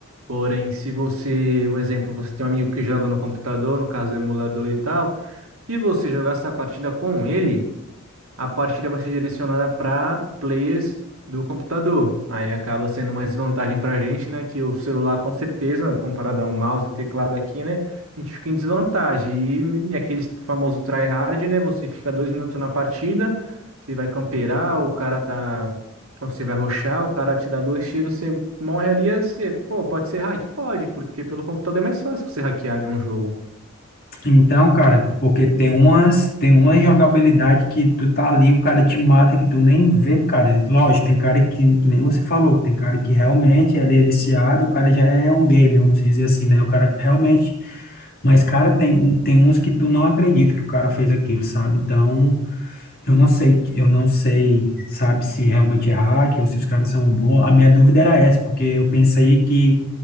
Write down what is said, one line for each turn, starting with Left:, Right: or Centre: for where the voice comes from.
Right: Porém, se você, um exemplo, você tem um amigo que joga no computador, no caso do emulador e tal, e você jogar essa partida com ele. a partida vai ser direcionada para players do computador. Aí acaba sendo uma desvantagem para a gente, né? Que o celular, com certeza, comparado ao mouse e teclado aqui, né? A gente fica em desvantagem. E, e aquele famoso tryhard, né? Você fica dois minutos na partida, você vai camperar, o cara tá. ou Você vai rushar, o cara te dá dois tiros, você morre ali, aí você, pô, pode ser hack? Pode, porque pelo computador é mais fácil você hackear, né, um jogo.
Left: Então, cara, porque tem umas, tem uma jogabilidade que tu tá ali, o cara te mata que tu nem vê, cara. Lógico, tem cara que, que nem você falou, tem cara que realmente ele é viciado, o cara já é um game, vamos dizer assim, né? O cara realmente, mas cara, tem um, tem uns que tu não acredita que o cara fez aquilo, sabe? Então, Eu não sei, eu não sei, sabe, se realmente é hack ou se os caras são bons. A minha dúvida era essa, porque eu pensei que